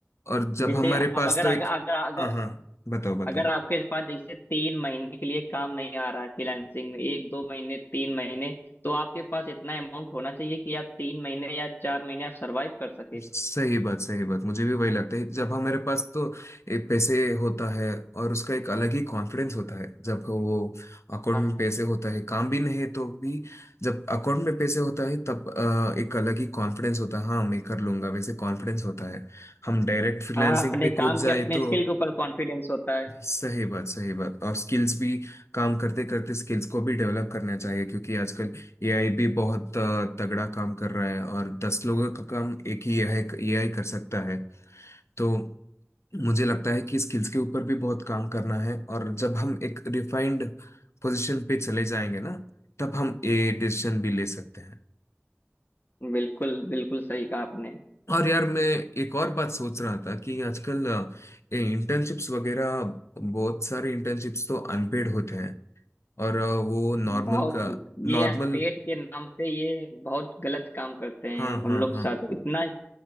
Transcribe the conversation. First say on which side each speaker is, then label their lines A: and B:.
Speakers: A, on the left; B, on the left.
A: और जब
B: जैसे
A: हमारे
B: आप
A: पास
B: अगर
A: तो
B: अगर
A: एक
B: अगर अगर
A: हाँ हाँ बताओ बताओ
B: अगर आपके पास जैसे तीन महीने के लिए काम नहीं आ रहा है फ्रीलांसिंग में एक दो महीने तीन महीने तो आपके पास इतना अमाउंट होना चाहिए कि आप तीन महीने या चार महीने आप सरवाइव कर सके
A: सही बात सही बात मुझे भी वही लगता है जब हमारे पास तो एक पैसे होता है और उसका एक अलग ही कॉन्फिडेंस होता है जब वो अकाउंट
B: हाँ
A: में पैसे होता है काम भी नहीं है तो भी जब अकाउंट में पैसे होता है तब अ, एक अलग ही कॉन्फिडेंस होता है हाँ मैं कर लूंगा वैसे कॉन्फिडेंस होता है हम डायरेक्ट फ्रीलांसिंग
B: हाँ, अपने
A: पे
B: काम
A: कूद
B: के
A: जाए
B: अपने
A: तो
B: स्किल के ऊपर कॉन्फिडेंस होता है
A: सही बात सही बात और स्किल्स भी काम करते करते स्किल्स को भी डेवलप करना चाहिए क्योंकि आजकल एआई भी बहुत अ, तगड़ा काम कर रहा है और दस लोगों का काम एक ही एआई एआई कर सकता है तो मुझे लगता है कि स्किल्स के ऊपर भी बहुत काम करना है और जब हम एक रिफाइंड पोजीशन पे चले जाएंगे ना तब हम ये डिसीजन भी ले सकते हैं
B: बिल्कुल बिल्कुल सही कहा आपने
A: और यार मैं एक और बात सोच रहा था कि आजकल इंटर्नशिप्स वगैरह बहुत सारे इंटर्नशिप्स तो अनपेड होते हैं और अ, वो नॉर्मल
B: बहुत
A: का
B: ये
A: नॉर्मल
B: पेट के नाम पे ये बहुत गलत काम करते हैं
A: हाँ हाँ
B: हम लोग
A: हाँ
B: साथ इतना